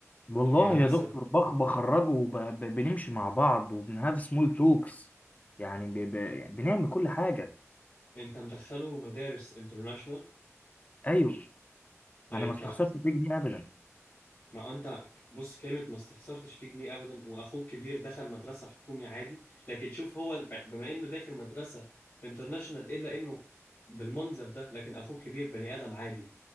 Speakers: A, on the left (about 30°); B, on the left (about 60°).
A: والله
B: يعني مثلا
A: يا دكتور بخ بخرجه وبنمشي مع بعض وبنهاف سمول توكس يعني ب... ب... بنعمل كل حاجة
B: انت مدخله مدارس انترناشونال
A: أيوه
B: يعني
A: أنا ما استخسرش فيه جنيه أبدا
B: ما انت بص كلمة ما استخسرتش فيه جنيه ابدا واخوك كبير دخل مدرسة حكومي عادي لكن شوف هو ب- بما انه داخل مدرسة انترناشونال الا انه بالمنظر ده لكن اخوك كبير بني ادم عادي